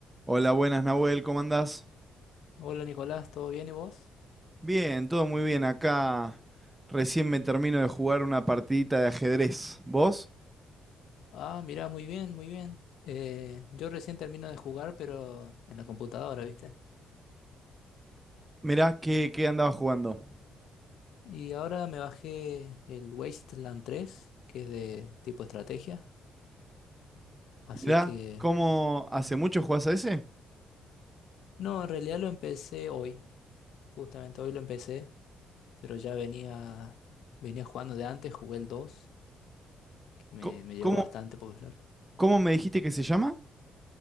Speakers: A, on the right; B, on the left.
A: Hola, buenas Nahuel, ¿cómo andás?
B: Hola Nicolás, ¿todo bien y vos?
A: Bien, todo muy bien. Acá recién me termino de jugar una partidita de ajedrez. ¿Vos?
B: Ah, mira, muy bien, muy bien. Eh, yo recién termino de jugar, pero en la computadora, ¿viste?
A: Mirá, ¿qué, qué andabas jugando?
B: Y ahora me bajé el Wasteland tres, que es de tipo estrategia. Así
A: Mirá,
B: que...
A: ¿cómo hace mucho jugás a ese?
B: No, en realidad lo empecé hoy. Justamente hoy lo empecé, pero ya venía, venía jugando de antes, jugué el 2, que me,
A: Co-
B: me llevó
A: ¿Cómo,
B: bastante porque es largo.
A: cómo me dijiste que se llama?